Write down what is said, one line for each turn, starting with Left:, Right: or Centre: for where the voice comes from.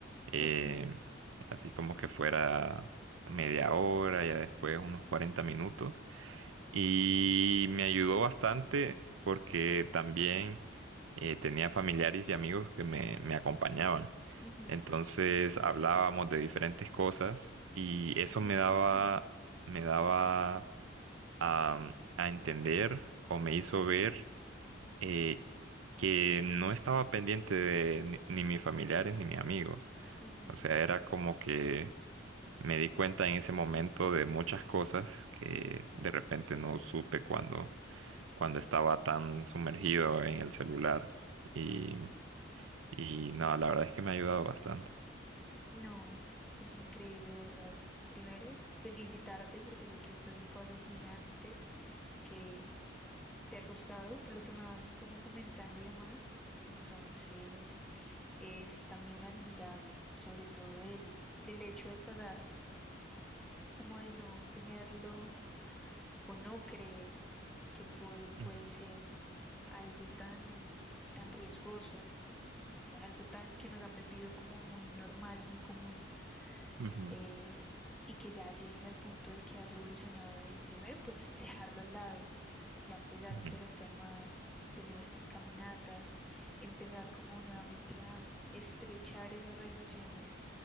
Right: eh,
Centre: Ok,
Right: así como que fuera media hora, ya después unos 40 minutos. Y me ayudó bastante porque también eh, tenía familiares y amigos que me, me acompañaban.
Centre: Ujú.
Right: Entonces hablábamos de diferentes cosas y eso
Centre: ok.
Right: me daba, me daba a, a entender o me hizo ver eh, que no estaba pendiente de ni, ni mis familiares ni mis amigos.
Centre: Ujú.
Right: O sea, era como que me di cuenta en ese momento de muchas cosas que de repente no supe cuando cuando estaba tan sumergido en el celular. Y, y no, la verdad es que me ha ayudado bastante.
Centre: No, pues increíble, de verdad. Primero, felicitarte porque sé que esto es un paso gigante que te ha costado, por lo que me vas como comentando y demás. Entonces, es también admirable, sobre todo el, del hecho de pasar. como de no tenerlo o no creer que puede, puede
Right: Ujú,
Centre: ser algo tan, tan riesgoso, algo tan que nos han vendido como muy normal, muy común
Right: ujú,
Centre: eh, y que ya llegues al punto de que has evolucionado de primero, pues dejarlo al lado, ya empezar
Right: ujú.
Centre: a interactuar más, tener estas caminatas, empezar como nuevamente a estrechar esas relaciones,